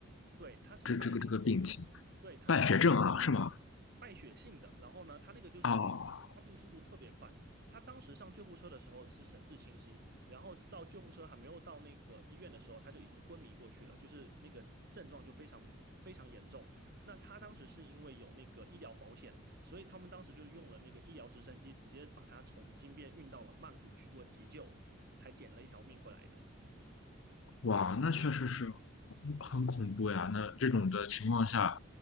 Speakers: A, on the right (about 55°); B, on the left (about 70°).
A: 对，它是败血，
B: 这这个这个病情，
A: 对，它是。
B: 败血症啊，是吗？
A: 败血性的，然后呢，他那个就是发病速度特别快。
B: 哦。
A: 他当时上救护车的时候是神志清晰，然后到救护车还没有到那个医院的时候，他就已经昏迷过去了，就是那个症状就非常非常严重。那他当时是因为有那个医疗保险，所以他们当时就用了那个医疗直升机，直接把他从金边运到了曼谷去做急救，才捡了一条命回来的。
B: 哇，那确实是很恐怖呀。那这种的情况下，